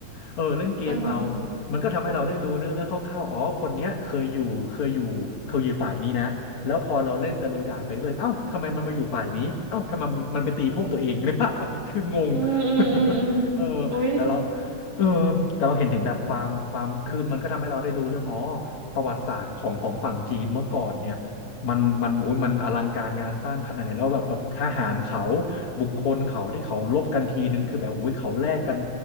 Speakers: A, on the left (about 60°); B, on the right (about 55°).
A: เออเล่นเกมเอา
B: เออ
A: มันก็ทำให้เราได้รู้เนื้อเรื่องคร่าวๆอ๋อคนเนี้ยเคยอยู่เคยอยู่เคยอยู่ฝ่ายนี้นะแล้วพอเราเล่นตะลุยด่านไปเลยเอ้าทำไมมันมาอยู่ฝ่ายนี้เอ้าทำไมมันไปตีพวกตัวเอง <laughs> หรือเปล่าวะคืองง
B: อืมอืมอืมอืม
A: <laughs> เออ
B: อุ๊ย
A: แต่เราเออแต่เราเห็นถึงแบบความความคือมันก็ทำให้เราได้รู้เรื่องอ๋อประวัติศาสตร์ของของฝั่งจีนเมื่อก่อนเนี่ยมันมันโอ้ยมันอลังการงานสร้างขนาดไหนแล้วแบบแบบทหารเขา บุคคลเขาที่เขาลบกันทีนึงคือแบบอุ้ยเขาแลกกัน